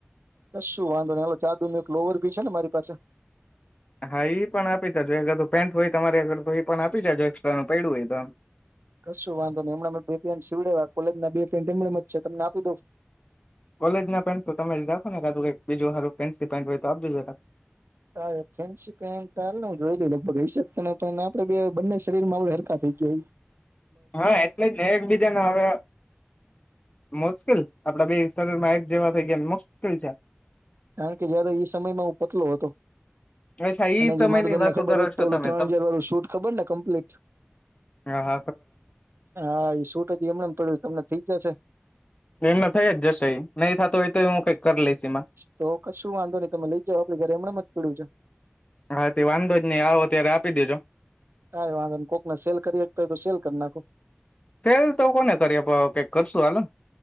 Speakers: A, on the right; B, on the left.
A: કશું વાંધો ન જાદુ ન એક લોવર ભી છે ને મારી પાસે
B: હા પણ આપી ત જોધ પેન્ટ હોય તમારે અગર તો એ પણ આપી જજો એક્સ્ટ્રા નું પડું હોય તો
A: કશું વાંધો નને એમણાં બે પેન્ટ સીવડે કોલેજ ના બે પેન્ટ એમ જ છે તમને આપી દઉ
B: કોલેજ ના પેન્ટ તો તમે જ રાખો ને કાુંઈ બીજું હરું ફેન્સી પેન્ટ હોય તો આપજજો
A: હા ફેન્સી પેન્ટ જોઈ લ લગભગ હઈ શ આપડે બે બંને શરીર માં આપ હરકત થ ગય
B: હા એટલે એક બીજાને હવે મુશ્કેલ આપડાે બે શરીર માં એક જેવા થઇ ગયા મુશ્કેલ છે
A: કારણ કે જયારે એ સમયમાં હું પતલો હતો
B: અચ્છા ઈ
A: અને
B: સમયની
A: જે મારું તમને
B: વાતો
A: ખબર
B: કરો
A: હોત તો
B: છો
A: ઓલું
B: તમે
A: ત્રણ હજાર વાળું શૂટ ખબર ને કમ્પ્લીટ
B: હાા
A: હા એ શૂટ હત એમને પડ્યું તમને થઇ જશે
B: એમને થઈ જશે નહી થતો હોય તો એ હું કઈક કરી લઈશ એમાં
A: તો ક શું વાંધો નહી તમે લઈ જાવ આપડી ઘરે એમણેમ જ પીડું છે
B: હા તે વાંધો જ નહી આવો ત્યારે આપી દેજો
A: ક વાગ કોક ના સેલ કરીતા હોય તો સેલ કર ના નાક
B: સેલ તો કોને કરીએ કઈક કરશું હાલો